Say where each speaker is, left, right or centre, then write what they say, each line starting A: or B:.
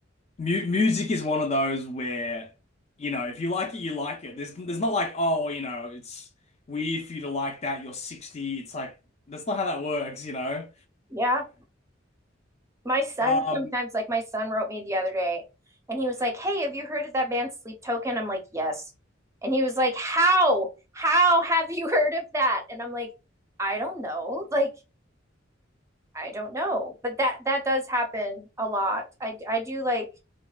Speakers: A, on the left (about 35°); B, on the right (about 15°).
A: mu music is one of those where, you know, if you like it, you like it. There's there's not like, oh, you know, it's weird for you to like that, you're 60. It's like that's not how that works, you know.
B: yeah my son
A: Um
B: sometimes like my son wrote me the other day and he was like hey have you heard of that band sleep token i'm like yes and he was like how how have you <laughs> heard of that and i'm like i don't know like I don't know, but that that does happen a lot. I I do like